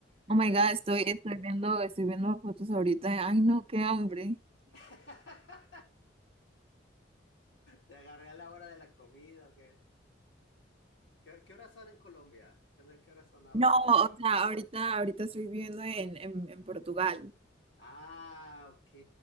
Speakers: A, on the left; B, on the right.
A: Entonces,
B: Oh my God, estoy, estoy viendo, estoy viendo fotos ahorita. Ay, no, qué hambre.
A: <laughs> te agarré a la hora de la comida. ¿o ¿Qué, ¿Qué, qué horas son en Colombia? ¿Qué, onda- qué horas son ahora?
B: No,
A: Ah,
B: o
A: ah,
B: sea, ahorita, ahorita estoy viviendo en, en, en Portugal.
A: ah, ok,